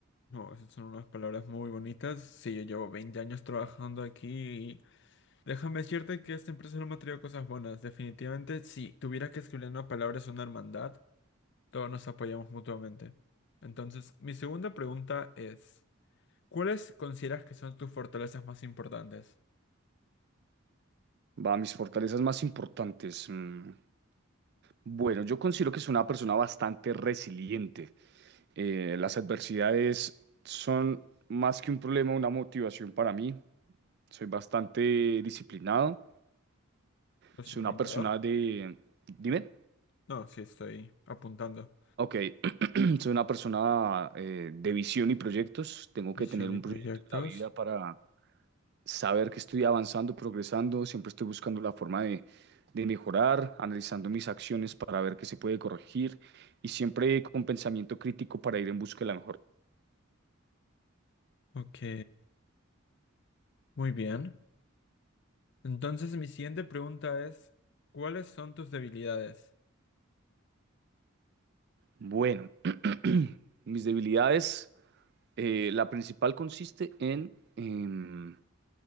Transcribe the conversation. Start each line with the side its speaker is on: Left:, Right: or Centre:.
Left: No, esas son unas palabras muy bonitas. Sí, yo llevo 20 años trabajando aquí y déjame decirte que esta empresa no me ha traído cosas buenas. Definitivamente, si tuviera que escribir en una palabra es una hermandad. Todos nos apoyamos mutuamente. Entonces, mi segunda pregunta es, ¿cuáles consideras que son tus fortalezas más importantes?
Right: Va, mis fortalezas más importantes. mm. Bueno, yo considero que soy una persona bastante resiliente. Eh, las adversidades son más que un problema, una motivación para mí. Soy bastante disciplinado.
Left: ¿Disciplinado?
Right: Soy una persona de... Dime.
Left: No, sí, estoy apuntando.
Right: Ok, <clears throat> soy una persona eh, de visión y proyectos. Tengo que
Left: Visión
Right: tener un
Left: y proyectos.
Right: proyecto en la vida para saber que estoy avanzando, progresando, siempre estoy buscando la forma de, de mejorar, analizando mis acciones para ver qué se puede corregir y siempre con pensamiento crítico para ir en busca de la mejor.
Left: Ok, muy bien. Entonces, mi siguiente pregunta es, ¿cuáles son tus debilidades?
Right: Bueno, <clears throat> mis debilidades, eh, la principal consiste en em,